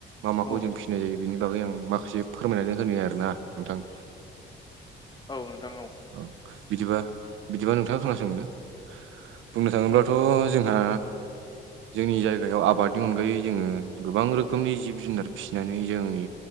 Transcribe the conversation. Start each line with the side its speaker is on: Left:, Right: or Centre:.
Right: मा माखौ
Left: औ
Right: जों फिसिनाय जायो बेनि बागै आं माखासे फोरमायनानै होनि आरोना नोंथां।
Left: औ नोंथां औ
Right: औ बिदिबा बिदिबा नोंथाङा खोनासंदो। बुंनो थाङोब्लाथ' जोंहा जोंनि जायगायाव आबादनि अनगायै जोङो गोबां रोखोमनि जिब जुनार फिसिनानै जोंनि